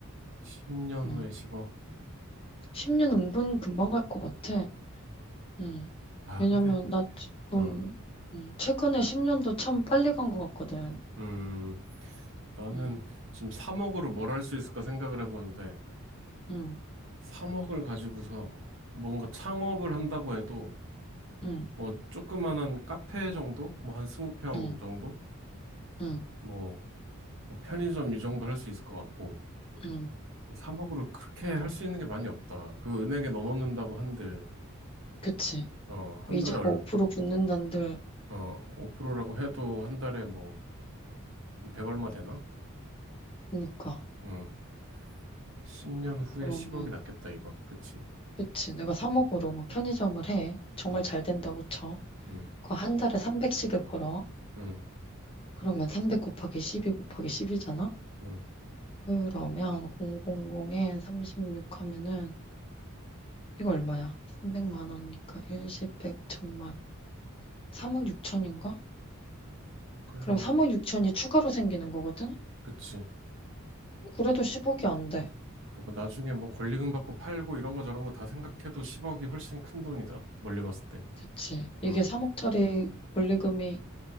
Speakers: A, on the right; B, on the left.
A: 10년
B: 음.
A: 후에 10억.
B: 10년 은근 금방 갈 것 같아. 음.
A: 야,
B: 왜냐면
A: 근데,
B: 나 지금
A: 어,
B: 음, 최근에 10년도 참 빨리 간 것 같거든.
A: 음, 나는
B: 음.
A: 지금 3억으로 뭘 할 수 있을까 생각을 해보는데,
B: 음.
A: 3억을 가지고서 뭔가 창업을 한다고 해도,
B: 음.
A: 뭐, 조그만한 카페 정도? 뭐, 한 20평
B: 음.
A: 정도?
B: 음.
A: 뭐, 뭐 편의점 이 정도 할 수 있을 것 같고
B: 음.
A: 3억으로 그렇게 할 수 있는 게 많이 없다. 그 은행에 넣어놓는다고 한들
B: 그치.
A: 어, 한
B: 이자가
A: 달에 얼,
B: 5% 붙는단들.
A: 어, 5%라고 해도 한 달에 뭐 100 얼마 되나?
B: 그러니까.
A: 응. 10년 후에
B: 그러면
A: 10억이 낫겠다 이건. 그치?
B: 그치. 내가 3억으로 뭐 편의점을 해. 정말
A: 응.
B: 잘 된다고 쳐.
A: 응.
B: 그 한 달에 300씩을 벌어.
A: 응.
B: 그러면 300 곱하기 12 곱하기 10이잖아?
A: 응.
B: 그러면 000에 36 하면은 이거 얼마야? 300만 원이니까 10, 100, 1000만. 3억 6천인가?
A: 그리고
B: 그럼 3억 6천이 추가로 생기는 거거든?
A: 그치.
B: 그래도 10억이 안 돼.
A: 그러니까 뭐 나중에 뭐 권리금 받고 팔고 이런 거 저런 거 다 생각해도 10억이 훨씬 큰 돈이다. 멀리 봤을 때.
B: 그치. 이게
A: 응.
B: 3억짜리 권리금이